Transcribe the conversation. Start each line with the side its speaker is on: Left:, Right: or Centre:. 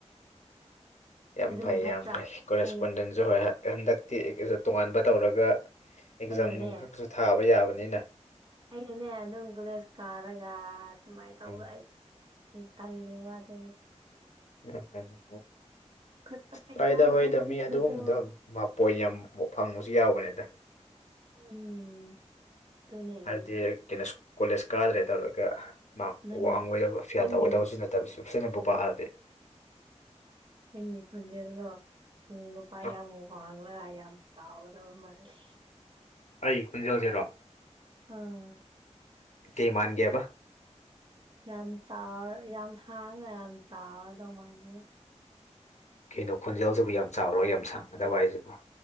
Left: ꯌꯥꯝ
Right: ꯑꯗꯨꯅ
Left: ꯐꯩ
Right: ꯐꯠꯇ꯭ꯔꯥ
Left: ꯌꯥꯝ ꯐꯩ ꯀꯣꯔꯦꯁꯄꯣꯟꯗꯁ
Right: ꯑꯩ
Left: ꯍꯣꯏ ꯍꯟꯗꯛꯇꯤ ꯇꯣꯉꯥꯟꯕ ꯇꯧꯔꯒ ꯑꯦꯛꯖꯥꯝ
Right: ꯑꯩꯅꯅꯦ
Left: ꯅꯨꯡ ꯈꯛꯁꯨ ꯊꯥꯕ ꯌꯥꯕꯅꯤꯅ
Right: ꯑꯅꯦ ꯑꯗꯨꯝ ꯀꯣꯂꯦꯖ ꯀꯥꯔꯒ ꯑꯗꯨꯃꯥꯏꯅ ꯇꯧꯕ
Left: ꯎꯝ
Right: ꯇꯜꯂꯦꯕ ꯑꯗꯨꯒꯤ
Left: ꯎꯝ-ꯎꯝ-ꯎꯝ-ꯎꯝ
Right: ꯈꯨꯠꯇ ꯄꯩꯁꯥ
Left: ꯐꯏꯗ ꯍꯣꯏꯗ
Right: ꯊꯣꯛꯅꯤꯡꯕꯗꯣ
Left: ꯃꯤ ꯑꯗꯨꯒꯨꯝꯕꯗꯣ ꯄꯣꯏꯟ ꯌꯥꯝ ꯐꯪꯕꯁꯨ ꯌꯥꯎꯕꯅꯤꯗ
Right: ꯎꯝ ꯑꯗꯨꯅꯦ ꯑꯗꯨꯅꯦ
Left: ꯍꯥꯏꯕꯗꯤ ꯀꯩꯅꯣ ꯀꯣꯂꯦꯖ ꯀꯥꯗ꯭ꯔꯦ ꯇꯧꯔꯒ ꯃꯥ
Right: ꯅꯪꯒꯤ
Left: ꯋꯥꯡꯉꯣꯏꯗꯕ ꯐꯦꯜ
Right: ꯅꯪꯒꯤ
Left: ꯇꯧꯒꯣꯏꯗꯕꯁꯨ ꯅꯠꯇꯦ ꯇꯁꯨ ꯐꯖꯟꯅꯕꯨ ꯄꯥꯔꯗꯤ
Right: ꯅꯪꯒꯤ ꯈꯣꯟꯖꯦꯜꯗꯣ ꯅꯨꯄꯥ
Left: ꯑ,
Right: ꯌꯥꯝ ꯋꯥꯡꯂꯒ ꯌꯥꯝ ꯆꯥꯎꯒꯗꯕ ꯃꯥꯜꯂꯦ
Left: ꯑꯩ ꯈꯨꯣꯟꯖꯦꯜꯁꯤꯔꯣ
Right: ꯑꯥ
Left: ꯀꯩ ꯃꯥꯟꯒꯦꯕ
Right: ꯌꯥꯝ ꯆꯥꯎ ꯌꯥꯝ ꯁꯥꯡꯅ ꯌꯥꯝ ꯆꯥꯎꯗꯧ ꯃꯥꯜꯂꯦꯕ
Left: ꯀꯩꯅꯣ ꯈꯣꯟꯖꯦꯜꯁꯤꯕꯨ ꯌꯥꯝ ꯆꯥꯎꯔꯣꯏ ꯌꯥꯝ ꯁꯥꯡꯒꯗꯕ ꯍꯥꯏꯁꯤꯕꯨ